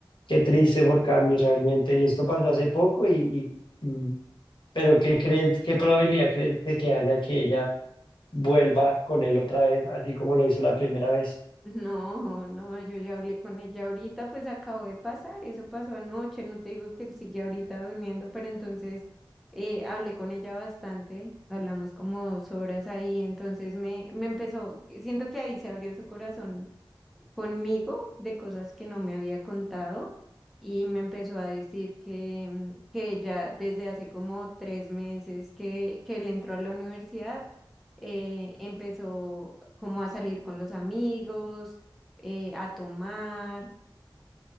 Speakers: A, on the left (about 70°); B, in the centre.
A: Qué triste por Cami realmente. Y esto pasó hace poco y, y- y- pero ¿qué crees, qué probabilidad crees de que haya que ella vuelva con él otra vez, así como lo hizo la primera vez.
B: No, no, yo ya hablé con ella ahorita, pues acabo de pasar, eso pasó anoche, no te digo que él sigue ahorita durmiendo, pero entonces eh, hablé con ella bastante, hablamos como dos horas ahí, entonces me, me empezó, siento que ahí se abrió su corazón conmigo de cosas que no me había contado y me empezó a decir que, mm, que ella desde hace como tres meses que, que él entró a la universidad, eh, empezó como a salir con los amigos, eh, a tomar,